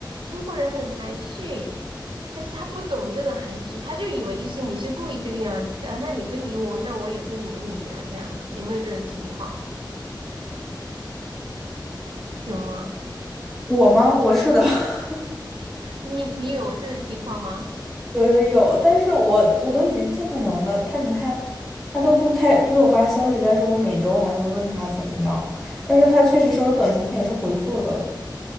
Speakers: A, on the right; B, in the centre.
A: 中国人很含蓄，但是他不懂这种含蓄，他就以为就是你是故意这个样子啊，那你不理我，那我也不理你啊，这样子有没有这种情况？有吗？
B: 我吗？我是的，<laughs>
A: 你你有这种情况吗？
B: 有有有，但是我我都已经尽可能的，他你看，他都不开不给我发消息，但是我每周还会问他怎么样，但是他确实收到短信，他也是回复的。